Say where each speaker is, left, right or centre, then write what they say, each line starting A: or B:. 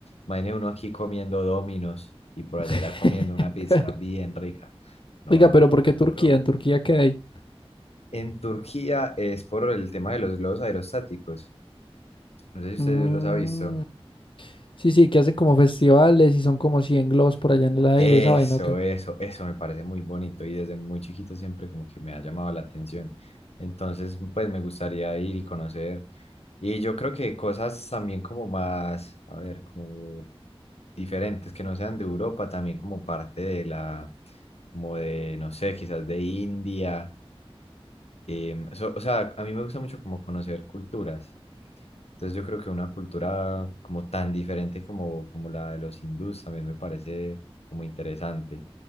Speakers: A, on the left; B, on the left.
A: Imagine uno aquí comiendo Domino's y por
B: <laughs>
A: allá ya comiendo una pizza bien rica. No,
B: Oiga, pero
A: no,
B: ¿por
A: muy
B: qué Turquía?
A: duro.
B: ¿En Turquía qué hay?
A: En Turquía es por el tema de los globos aerostáticos. No sé si usted
B: Mm,
A: los ha visto.
B: sí, sí, que hacen como festivales y son como 100 globos por allá en el aire,
A: Eso,
B: esa vaina, ¿o qué?
A: eso, eso me parece muy bonito y desde muy chiquito siempre como que me ha llamado la atención. Entonces, pues me gustaría ir y conocer. Y yo creo que cosas también como más, a ver, como diferentes, que no sean de Europa, también como parte de la, como de, no sé, quizás de India. em, so- o sea, a mí me gusta mucho como conocer culturas. Entonces yo creo que una cultura como tan diferente como, como la de los hindús también me parece como interesante.